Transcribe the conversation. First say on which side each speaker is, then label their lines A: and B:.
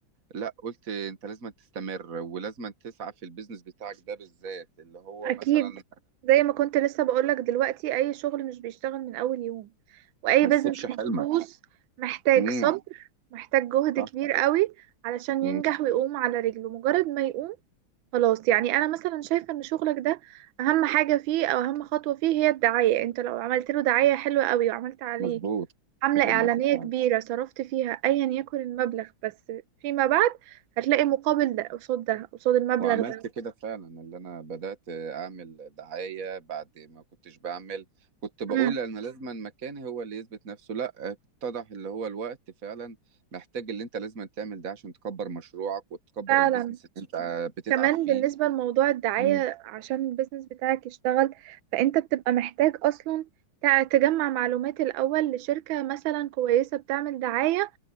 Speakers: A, on the right; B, on the right.
A: لا قلت انت لازم تستمر ولازم تسعى في البيزنس بتاعك ده بالذات اللي هو
B: اكيد
A: مثلا
B: زي ما كنت لسه بقولك دلوقتي اي شغل مش بيشتغل من اول يوم واي
A: ما
B: بزنس
A: تسيبش حلمك
B: مخصوص محتاج
A: امم
B: صبر محتاج جهد
A: صح
B: كبير قوي علشان
A: امم
B: ينجح ويقوم على رجله مجرد ما يقوم خلاص يعني انا مثلا شايفه ان شغلك ده اهم حاجه فيه او اهم خطوه فيه هي الدعايه انت لو عملت له دعايه حلوه قوي وعملت عليه
A: مظبوط
B: حمله
A: اتفق معاك
B: اعلانيه
A: فعلا.
B: كبيره صرفت فيها ايا يكن المبلغ بس فيما بعد هتلاقي مقابل ده قصاد ده قصاد المبلغ
A: وعملت
B: ده
A: كده فعلا اللي انا بدأت اعمل دعاية بعد ما كنتش بعمل كنت بقول
B: مم.
A: انا لازما مكاني هو اللي يثبت نفسه لا اتضح اللي هو الوقت فعلا محتاج اللي انت لازما تعمل ده عشان تكبر مشروعك وتكبر
B: فعلا
A: البيزنس اللي انت بتتعب
B: كمان
A: فيه
B: بالنسبه لموضوع الدعايه
A: امم
B: عشان البيزنس بتاعك يشتغل فانت بتبقى محتاج اصلا تع- تجمع معلومات الاول لشركه مثلا كويسه بتعمل دعايه